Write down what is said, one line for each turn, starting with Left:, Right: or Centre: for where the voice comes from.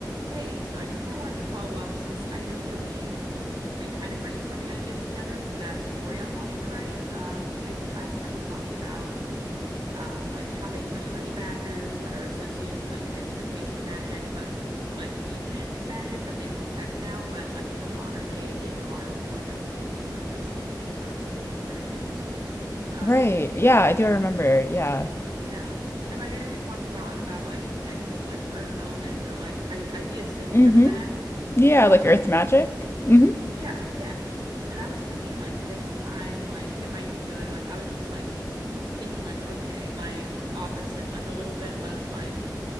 Right: Hey, so I just kind of wanted to follow up since I know that we've been kind of brainstorming ideas together for that story I'm wanting to write. Um, I think last time we talked about um, like having honey badgers that are associated with like transportation magic, but like ancient magic that they protect now, but like in the modern day, they are more known for being like those indestructible protectors. Um,
Left: Right. Yeah, I do remember. Yeah.
Right: yeah. And like I know we talked about about like connection with like earth element or like I ideas similar
Left: Mm-hmm.
Right: to that.
Left: Yeah,
Right: Um,
Left: like Earth magic. Mm-hmm.
Right: Yeah, yeah. And I was thinking like this time, like it might be good. Like I was just like thinking like, okay, like opposite, like a little bit less like